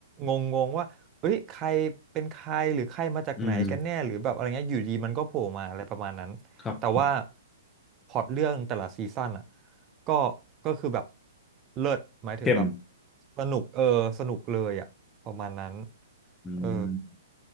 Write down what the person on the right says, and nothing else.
งงงว่าเอ้ยใครเป็นใครหรือใครมาจากไหนกันแน่หรือแบบอะไรเงี้ยอยู่ดีมันก็โผล่มาอะไรประมาณนั้นแต่ว่า
พล็อตเรื่องแต่ละซีซั่นอะ ก็ก็คือแบบเลิศหมายถึงแบบ
สนุกเออสนุกเลยอ่ะประมาณนั้น
เออ